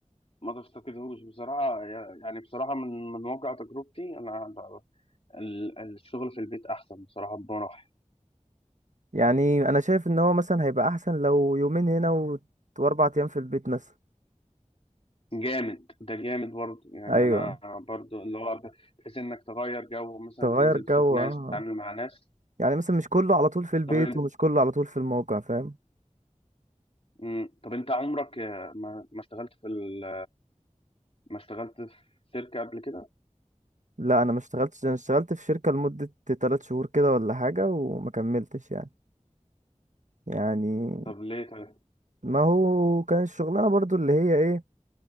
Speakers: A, on the left; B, on the right.
A: ما تفتقدهوش بصراحة يعني بصراحة من من واقع تجربتي أنا ال- الشغل في البيت احسن بصراحه بمراحل
B: يعني انا شايف ان هو مثلا هيبقى احسن لو يومين هنا و- واربع ايام في البيت مثلا
A: جامد ده جامد برضه يعني
B: ايوه
A: انا برضه اللي هو بحيث انك تغير جو مثلا
B: تغير
A: تنزل
B: جو
A: تشوف ناس
B: اه
A: تتعامل مع ناس
B: يعني مثلا مش كله على طول في البيت
A: طب انت
B: ومش كله على طول في الموقع فاهم
A: مم. طب انت عمرك آه، ما ما اشتغلت في ال... ما اشتغلت في شركه قبل كده
B: لا انا ما اشتغلتش انا اشتغلت في شركة لمدة 3 شهور كده ولا حاجة وما كملتش يعني يعني
A: طب ليه طيب
B: ما هو كان الشغلانة برضو اللي هي ايه